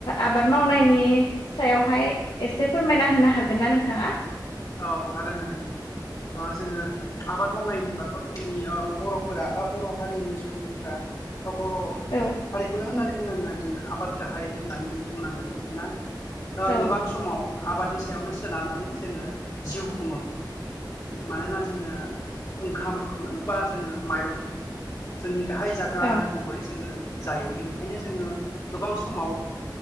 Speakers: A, on the left; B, on the left.
A: आबाद मावनायनि सायावहाय एसे फोरमायना होनो हागोनना नोंथाङा
B: औ हागोन हागोन जोङो आबाद मावनाय होनबाथ' जोंनि बर'फोरा बा बर' हारिनि सुबुंफोरा बा बर'
A: औ
B: हारिखौनो होननानै बुंनांगोन आरो जोङो आबाद गाहाय होननानै जों बुंनांगोन मानोना
A: औ
B: गोबां समाव आबादनि सायावनो सोनारनानै जोङो जिउ खुङो मानोना जोङो ओंखामखौनो बा जोङो माइरंखौनो जोंनि गाहाय जाग्रा
A: औ
B: आदार महरै जोङो जायो बेनिखायनो जोङो गोबां समाव